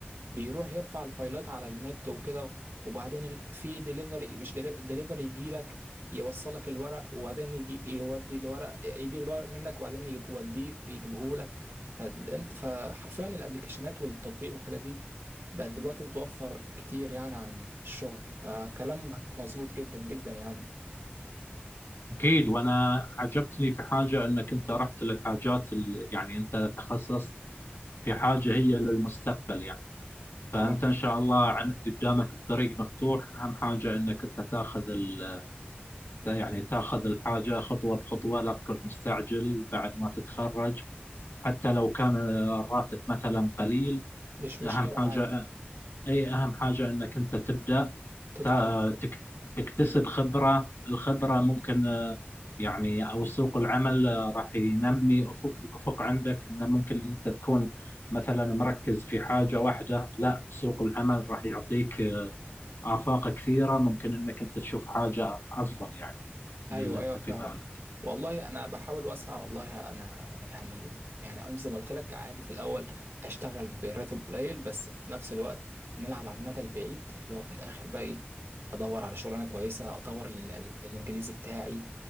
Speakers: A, on the right; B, on the left.
A: بيروح يرفع الفايلات على النت وكده وبعدين ال- في ديليفري مش ديليفري يجي لك يوصل لك الورق وبعدين يجي يودي الورق يجيب الورق منك وبعدين يجيب- يوديه ويجيبه لك فانت فحرفيا الابلكيشنات والتطبيق والحاجات دي بقت دلوقتي بتوفر كتير يعني عن الشغل فكلامك مظبوط جدا جدا يعني
B: أكيد وأنا عجبتني في حاجة أنك أنت رحت للحاجات ال... يعني أنت تخصصت في حاجة هي للمستقبل يعني فأنت
A: اه
B: إن شاء الله عن... قدامك الطريق مفتوح أهم حاجة أنك أنت تاخذ ال... يعني تاخذ الحاجة خطوة بخطوة لا تكون مستعجل بعد ما تتخرج حتى لو كان الراتب مثلا قليل
A: مش مشكلة
B: أهم حاجة
A: عادي
B: اي اهم حاجة انك انت تبدأ
A: تتعلم
B: تا- تك- تكتسب خبرة الخبرة ممكن آه، يعني او سوق العمل آه، راح ينمي افق الافق عندك انه ممكن انت تكون مثلا مركز في حاجة واحدة لا سوق العمل راح يعطيك آه، آفاق كثيرة ممكن انك انت تشوف حاجة افضل يعني من
A: ايوه
B: اللي انت
A: ايوه فعلا
B: في بالك
A: والله انا بحاول واسعى والله انا يعني يعني انا زي ما قلت لك عادي في الاول اشتغل براتب قليل بس في نفس الوقت نلعب على المدى البعيد اللي هو في الاخر بقى ايه ادور على شغلانه كويسه اطور ال- ال- الانجليزي بتاعي